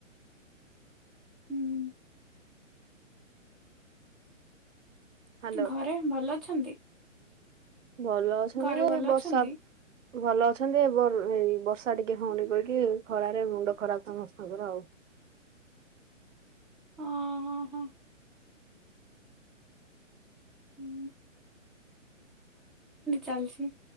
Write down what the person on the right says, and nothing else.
ହ୍ୟାଲୋ
ଭଲ ଅଛନ୍ତି
ଯେ
ଏଇ ବର୍ଷା
ଭଲ ଅଛନ୍ତି ଏ ଏ ବର ବର୍ଷା ଟିକେ ହଉନି କହିକି ଖରାରେ ମୁଣ୍ଡ ଖରାପ ସମସ୍ତଙ୍କର ଆଉ।